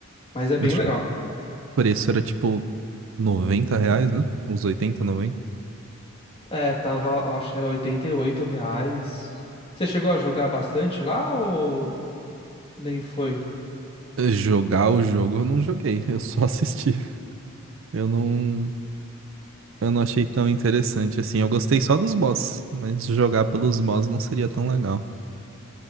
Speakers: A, on the left; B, on the right.
A: Mas é bem
B: Acho
A: legal.
B: que o preço era tipo 90 reais, né? Uns oitenta, noventa.
A: É, tava, eu acho que era 88 reais. Você chegou a jogar bastante lá ou nem foi?
B: Eh, Jogar o jogo eu não joguei, <laughs> eu só assisti. Eu não, eu não achei tão interessante assim. Eu gostei só dos boss, mas jogar pelos boss não seria tão legal.